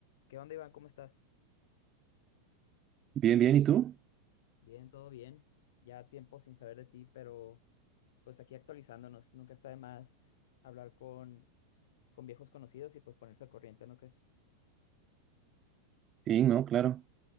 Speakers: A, on the left; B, on the right.
A: ¿Qué onda, Iván? ¿Cómo estás?
B: Bien, bien, ¿y tú?
A: Bien, todo bien. Ya tiempo sin saber de ti, pero pues aquí actualizándonos. Nunca está de más hablar con, con viejos conocidos y pues ponerse al corriente, ¿no crees?
B: Sí, no, claro.